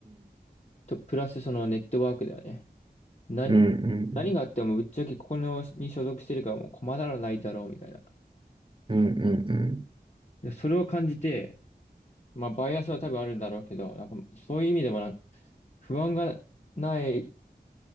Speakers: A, on the left; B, on the right.
A: と、プラスそのネットワークだよね。何、
B: うん
A: 何があってもぶっちゃけここのに所属してるからもう困らないだろうみたいな。
B: うん
A: で、それを感じて、まあバイアスは多分あるんだろうけど、なんかそういう意味でもなんか不安がない